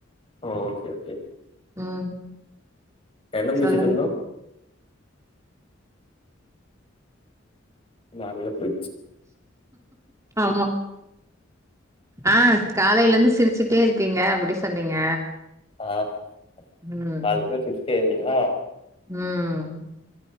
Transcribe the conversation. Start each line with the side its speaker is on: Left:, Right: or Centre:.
Left: ஓ ஓகே ஓகே
Right: ம்
Left: என்னெங்
Right: சொல்லுங்க
Left: பேசிட்டிருந்தோ நால்ல போயிட்ச்சு
Right: ஆமா ஆ காலையில இருந்து சிரிச்சுட்டே இருக்கீங்க அப்டி சொன்னீங்க
Left: ஆம்
Right: ம்
Left: காலேலிர்ந்து சிரிச்சிட்டே இருந்தேங்க்ளா
Right: ம்